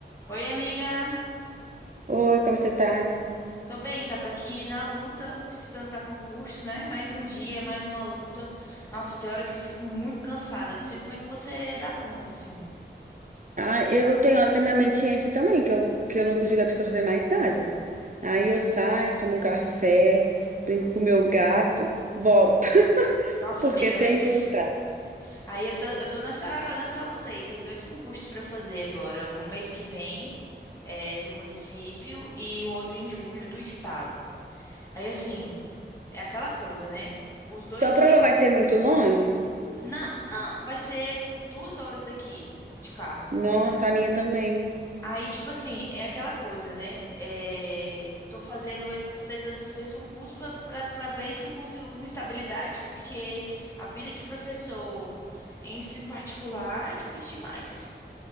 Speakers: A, on the left (about 15°); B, on the right (about 45°).
A: Oi, amiga.
B: Oi, como você tá?
A: Tô bem, tava aqui na luta, estudando pra concurso, né? Mais um dia, mais uma luta. Nossa, tem hora que eu fico muito cansada. Não sei como é que você dá conta, assim.
B: Ah, eu tenho hora que a minha mente enche também, que eu, que eu não consigo absorver mais nada. Aí eu saio, tomo um café, brinco com o meu gato, volto, <laughs>
A: Nossa,
B: porque
A: amiga,
B: tem
A: mas.
B: que voltar.
A: Aí eu tô, eu tô nessa, nessa luta aí. Tem dois concursos pra eu fazer agora. Um mês que vem, é, do município, e o outro em julho, do estado. Aí, assim, é aquela coisa, né? Os dois
B: Sua
A: têm.
B: prova
A: um-
B: vai ser muito longe?
A: Não, não, vai ser duas horas daqui de carro.
B: Nossa, a minha também.
A: Aí, tipo assim, é aquela coisa, né? É, tô fazendo, esse, tô tentando esses dois concursos pra pra- pra ver se eu consigo alguma estabilidade, porque a vida de professor em ensino particular é difícil demais.